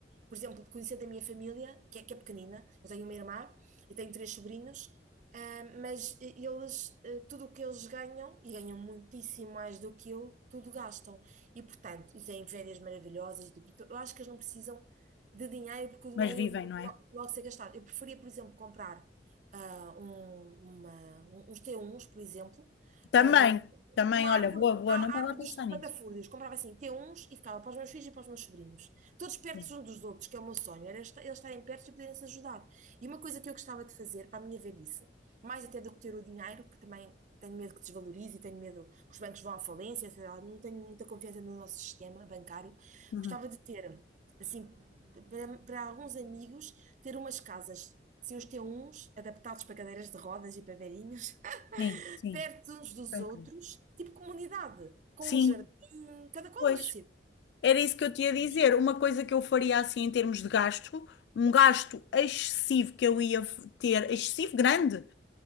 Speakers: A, on the right; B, on the left.
A: por exemplo, conhecer da minha família, que é, que é pequenina, eu tenho uma irmã e tenho três sobrinhos, eh, mas eh, eles, eh, tudo o que eles ganham, e ganham muitíssimo mais do que eu, tudo gastam. E, portanto, e têm férias maravilhosas, e tudo. Então, eu acho que eles não precisam de dinheiro, porque o dinheiro
B: Mas vivem,
A: ele ia
B: não é?
A: lo- logo ser gastado. Eu preferia, por exemplo, comprar ah, um- uma- um- uns t 1 por exemplo,
B: Também,
A: ah,
B: também,
A: uma
B: olha,
A: árvore,
B: boa, boa,
A: a
B: não estava
A: árvore
B: a pensar
A: dos
B: nisso.
A: patafúrdios. Comprava assim T1s e ficava para os meus filhos e para os meus sobrinhos. Todos perto
B: Sim,
A: uns dos outros, que é o meu sonho. Era esta- eles estarem perto e poderem se ajudar. E uma coisa que eu gostava de fazer para a minha velhice, mais até do que ter o dinheiro, que também tenho medo que desvalorize e tenho medo que os bancos vão à falência, sei lá, não tenho muita confiança no nosso sistema bancário.
B: uhum.
A: Gostava de ter, assim, para, para alguns amigos, ter umas casas. Assim, os T1s adaptados para cadeiras de rodas e para velhinhos,
B: Sim, sim,
A: perto uns dos
B: tranquilo.
A: outros, tipo comunidade, com
B: Sim,
A: um jardim, cada qual
B: pois.
A: no seu.
B: Era isso que eu te ia
A: Jardim,
B: dizer. Uma coisa que eu faria assim em termos de gasto, um gasto excessivo que eu ia f- ter, excessivo grande,